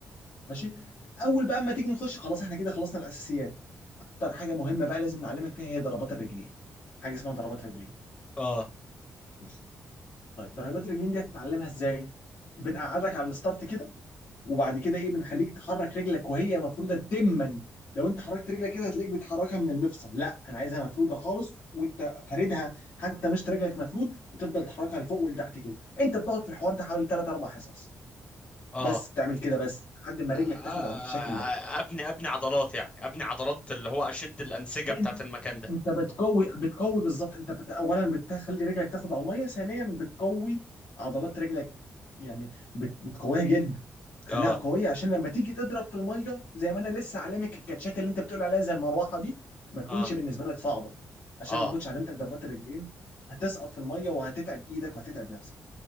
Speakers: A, on the left (about 70°); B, on the left (about 25°).
A: ماشي اول بقى اما تيجي نخش خلاص احنا كده خلصنا الاساسيات اكتر حاجه مهمه بقى لازم نعلمك فيها هي ضربات الرجلين حاجه اسمها ضربات رجلين
B: اه
A: ماشي طيب ضربات الرجلين دي هتتعلمها ازاي بنقعدك على الستارت كده وبعد كده ايه بنخليك تحرك رجلك وهي مفروده تما لو انت حركت رجلك كده هتلاقيك بتحركها من المفصل لا انا عايزها مفروده خالص وانت فاردها حتى مش رجلك مفرود وتفضل تحركها لفوق ولتحت كده انت بتقعد في الحوار ده حوالي 3 4 حصص
B: اه
A: بس بتعمل كده بس لحد ما رجلك
B: آه،
A: تاخد على الشكل ده
B: ابني ابني عضلات يعني ابني عضلات اللي هو اشد الانسجه
A: لا
B: بتاعت
A: انت
B: المكان ده
A: انت بتقوي بتقوي بالظبط انت بت... اولا بتخلي رجلك تاخد على الميه ثانيا بتقوي عضلات رجلك يعني بت... بتقويها جدا خليها
B: اه
A: قويه عشان لما تيجي تضرب في الميه زي ما انا لسه علمك الكاتشات اللي انت بتقول عليها زي المروحه دي ما تكونش
B: اه
A: بالنسبه لك صعبه عشان
B: اه
A: لما كنتش علمتك ضربات الرجلين هتسقط في الميه وهتتعب ايدك وهتتعب نفسك